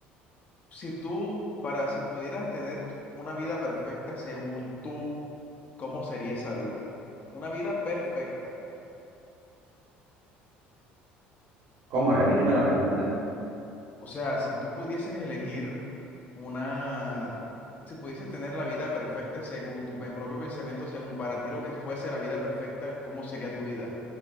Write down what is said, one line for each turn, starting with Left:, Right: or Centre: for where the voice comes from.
Left: Si tú, para, si pudieras tener t- una vida perfecta según tú, ¿cómo sería esa vida? Una vida perfecta.
Right: ¿cómo? Repíteme la pregunta.
Left: O sea, si tú pudieses elegir una, si pudieses tener la vida perfecta según tu pe- propio pensamiento, según para ti lo que fuese la vida perfecta, ¿cómo sería tu vida?